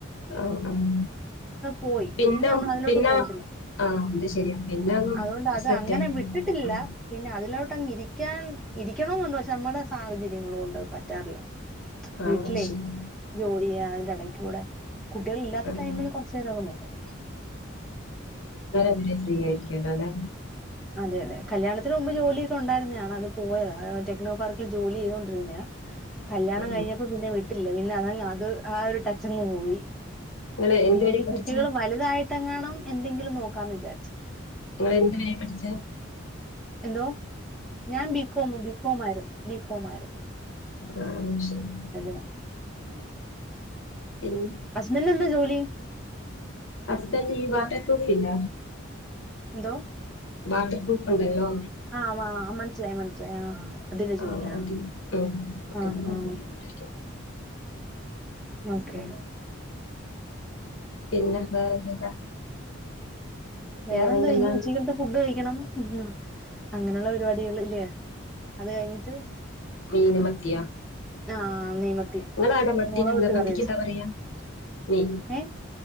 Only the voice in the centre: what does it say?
പോയി
നമ്മൾ അതിലോട്ട്
നോക്കത്തില്ല
അതുകൊണ്ട് അത്
അങ്ങനെ വിട്ടിട്ടില്ല
പിന്നെ അതിലോട് ങ്ങ് ഇരിക്കാൻ ഇരിക്കണന്നുണ്ട് പക്ഷെ നമ്മുടെ സാഹചര്യങ്ങളൊണ്ടത് പറ്റാറില്ല
വീട്ടിലേ
ജോലിയാ ഇടയ്ക്കുടെ കുട്ടികളില്ലാത്ത
ടൈമില് കുറച്ചു നേരോക്ക നോക്കും
അതെ അതെ കല്യാണത്തിന് മുമ്പ് ജോലിയൊക്കെ ഉണ്ടായിരുന്നതാണ് അത് പോയതാ ടെക്നോ പാർക്കിൽ ജോലി ചെയ്തൊണ്ടിരുന്നയാ കല്യാണം കഴിഞ്ഞപ്പോ
പിന്നെ വിട്ടില്ല പിന്നെ അതങ്ങ് അത് ആഹ് ഒരു ടച്ചങ്ങ് പോയി
പിന്ന
ഇനി
കുട്ടികൾ വലുതായ ട്ടങ്ങാണം എന്തെങ്കിലും നോക്കാന്ന് വിചാരിച്ചു
എന്തോ ഞാൻ ബികോം ബികോം ആരുന്നു ബികോം ആയിരുന്നു
ആ
ഹസ്ബൻഡ് എന്താ ജോലി
ഇന്തോ
ആഹ ആ മനസ്സിലായി മനസ്സിലായി ആഹ അതിന്റെ ജോലിയ
ആഹ
ഓക്കെ
വേറെന്തോ
ഇനി ഉച്ചക്കനത്തെ ഫുഡ് കഴിക്കണം ഉ അങ്ങനെയുള്ള പരിപാടികൾ ഇല്ലേ അത് കഴിഞ്ഞിട്ട്
ആഹ നെയ്മത്തി
മുളക ഇട്ട്
കറി വെച്ച
ഏ